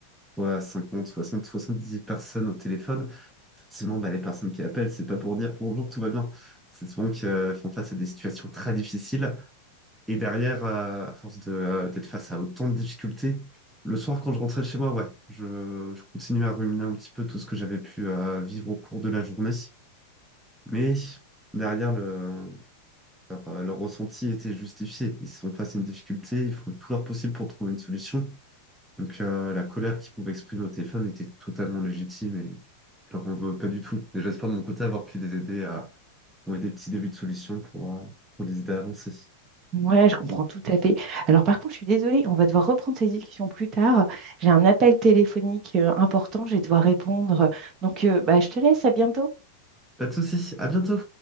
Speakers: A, in the centre; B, on the right (about 35°).
A: ouais, 50, 60, 70 personnes au téléphone. Forcément, bah, les personnes qui appellent, c'est pas pour dire bonjour, tout va bien. C'est souvent qu'elles font face à des situations très difficiles. Et derrière, euh, à force de, euh, d'être face à autant de difficultés, le soir, quand je rentrais chez moi, ouais, je, je continuais à ruminer un petit peu tout ce que j'avais pu euh, vivre au cours de la journée. Mais derrière, le, leur, leur ressenti était justifié. Ils sont face à une difficulté, ils font tout leur possible pour trouver une solution. Donc euh, la colère qu'il pouvait exprimer au téléphone était totalement légitime et je leur en veux pas du tout. Et j'espère de mon côté avoir pu les aider à trouver des petits débuts de solutions pour, euh, pour les aider à avancer.
B: Ouais, je comprends tout à fait. Alors par contre, je suis désolée, on va devoir reprendre ces discussions plus tard. J'ai un appel téléphonique euh, important, je vais devoir répondre. Donc, euh, bah, je te laisse, à bientôt.
A: Pas de soucis, à bientôt!